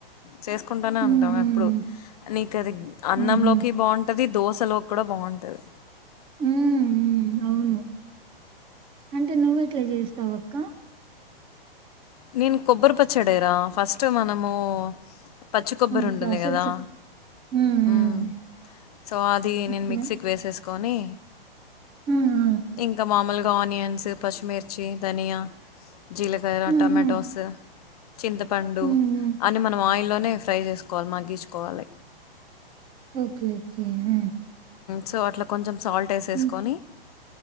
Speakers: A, on the left (about 40°); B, on the right (about 15°).
A: చేసుకుంటూనే
B: ఉమ్
A: ఉంటాం
B: ఉమ్
A: ఎప్పుడు పెరుగు అన్నం
B: ఉహు
A: లోకి బాగుంటది దోశ అక్కడ బాగుంటుంది.
B: ఉమ్ ఉమ్, అవును అంటే నువ్వెట్లా చేస్తావక్కా
A: నేను కొబ్బరి పచ్చడేరా ఫస్ట్ మనము పచ్చి కొబ్బరి
B: ఆ!
A: ఉంటుంది
B: ప్రాసెస్.
A: కదా
B: హ్మ్. హ్మ్.
A: ఉమ్ సో అది నేను
B: ఓకే.
A: మిక్సీకి వేసేసు కొనే
B: హ్మ్. హ్మ్.
A: ఇంక మామూలుగా ఇంక ఆనియన్స్ పచ్చిమిర్చి ధనియా జీలకర్ర
B: హుహు.
A: టమాటోస్ చింతపండు
B: హ్మ్. హ్మ్.
A: అన్ని మనం ఆయిల్లోనే ఫ్రై చేసుకోవాలి మగ్గించుకోవాలి
B: ఓకే ఓకే. ఆ!
A: సో అట్లా కొంచెం సాల్ట్ వేసేసుకొని
B: హ్మ్.